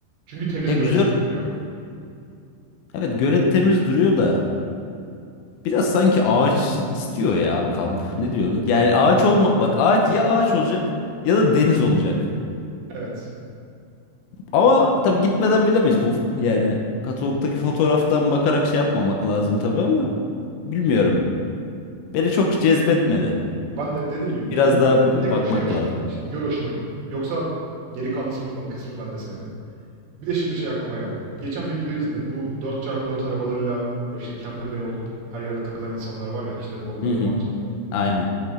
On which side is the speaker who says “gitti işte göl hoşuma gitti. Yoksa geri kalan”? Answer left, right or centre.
Right